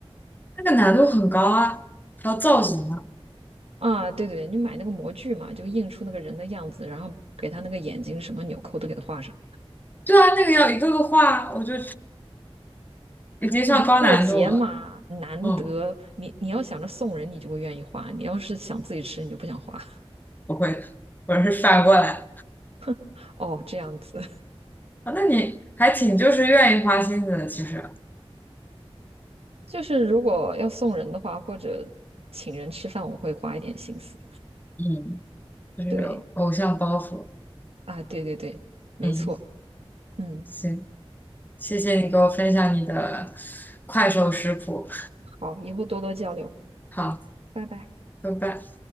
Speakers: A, on the left; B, on the right.
A: 那个难度很高啊，还有造型啊。
B: 啊。对对对，你买那个模具嘛，就印出那个人的样子，然后给他那个眼睛什么纽扣都给他画上。
A: 对啊，那个要一个个画，我就已经上高难度了。
B: 那过节嘛，难得你你要想着送人，
A: 嗯，
B: 你就会愿意花；你要是想自己吃，你就不想花。
A: 不会的，我是反过来。
B: <laughs> 哦，这样子，
A: 啊，那你还挺就是愿意花心思的，其实。
B: <laughs> 就是如果要送人的话，或者请人吃饭，我会花一点心思。
A: 嗯，就是有偶像包袱。
B: 对。啊，对对对，没错，
A: 嗯，
B: 嗯，
A: 行，谢谢你给我分享你的快手食谱。
B: 好，以后多多交流，
A: 好，
B: 拜拜。
A: 拜拜。